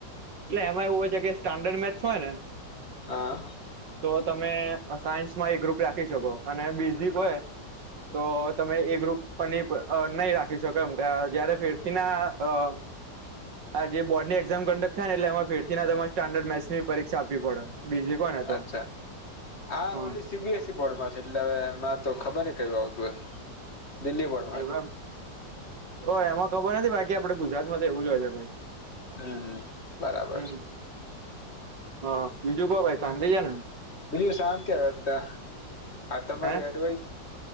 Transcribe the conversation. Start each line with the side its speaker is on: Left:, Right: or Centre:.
Right: એટલે એમાં એવું હોય છે કે સ્ટાન્ડર્ડ મેથ્સ હોય ને
Left: હા
Right: તો તમે સાયન્સમાં એ ગ્રુપ રાખી શકો અને બેઝિક હોય તો તમે એ ગ્રુપ પન ની પ અ નહીં રાખી શકો એમ અહ જયારે તીર્થકના અહ
Left: <inaudible>
Right: આ જે બોર્ડની એક્ઝામ કન્ડક્ટ થાય ને એટલે એમાં ફેરથીના તમાર સ્ટાન્ડર્ડ મેથ્સની પરીક્ષા આપવી પડ. બીજી કોને? તો
Left: અચ્છા, આ
Right: હા
Left: ઓલી સી બી એસ બોર્ડ પાસે એટલે હવે એમાં તો ખબર નઇ કયું આવતું હશે દિલ્હી બોર્ડમાં
Right: એવું એમ ઓ એમાં ખબર નથી બાકી આપડે ગુજરાતમાં તો એવું જ હોય છે ભાઈ.
Left: હમ્મ, બરાબર છે.
Right: હમ હા, બીજું કો ભાઈ શાંતિ છે ને?
Left: બીજુ શાંતિ હવે તા આ તમારી
Right: હે
Left: એડવાઈઝ